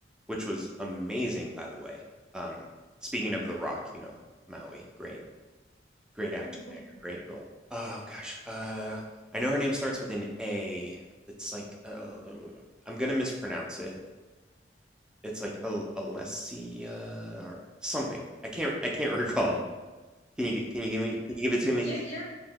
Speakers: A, in the centre; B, on the left (about 35°).
A: which was amazing, by the way. Um, speaking of The Rock, you know, Maui, great, great actor
B: <laughs>
A: there, great role. Oh gosh, uh, I know her name starts with an A. It's like uh, I'm gonna mispronounce it. It's like Al- Alessia or something. I can't, I can't <laughs> recall. Can you, g- can you give me, can you give it to me?
B: You're you're